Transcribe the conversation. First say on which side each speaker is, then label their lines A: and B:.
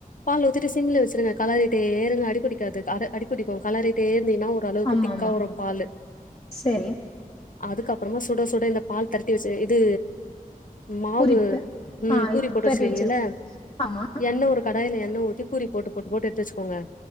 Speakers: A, on the left; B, on the left.
A: பால் ஊத்திட்டு சிம்ல வச்சிருங்க. கலரிட்டே இருங்க அடிபுடிக்காது, அட அடிபுடிக்கும் கலரிட்டே இருந்தீங்னா ஒரு ஒருஅளவுக்கு
B: ஆமா
A: திக்கா
B: ஆமா
A: வரு பாலு
B: செரி
A: அதுக்கப்பறமா சுட சுட இந்த பால் தரட்டி வச்சு இது மாவு
B: பூரிப்பு
A: ம்
B: ஆ
A: பூரி போட்டு
B: பெரட்டி
A: வச்சுருக்கீங்கல்ல
B: வச்சிருக்கோ ஆமா
A: எண்ண ஒரு கடாய்ல எண்ண ஊத்தி பூரி போட்டு போட்டு போட்டு எடுத்து வச்சுக்கோங்க.